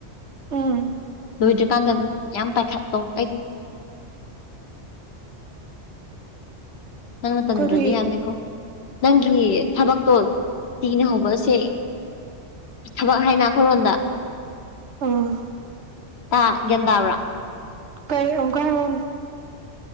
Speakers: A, on the right (about 70°); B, on the left (about 65°).
A: ꯎꯝ
B: ꯂꯣꯏꯗ꯭ꯔꯤꯀꯥꯟꯗ ꯑꯗꯨꯝ <unintelligible> ꯌꯥꯝ ꯄꯥꯏꯈꯠꯂꯣ ꯑꯩ <unintelligible> ꯅꯪ ꯇꯟꯗ꯭ꯔꯗꯤ
A: ꯀꯔꯤ
B: ꯍꯥꯏꯕꯅꯤꯀꯣ ꯅꯪꯒꯤ ꯊꯕꯛꯇꯣ꯫ ꯇꯤꯅ ꯍꯧꯕꯑꯁꯦ ꯊꯕꯛ ꯍꯥꯏꯅ ꯑꯩꯈꯣꯏꯔꯣꯟꯗ꯫
A: ꯑꯥ꯫
B: ꯇꯥ- ꯒꯌꯥꯟ ꯇꯥꯕ꯭ꯔ?
A: ꯀꯩ ꯑꯃꯨꯛꯀ꯫ ꯍꯥꯏꯔꯛꯑꯣꯅꯦ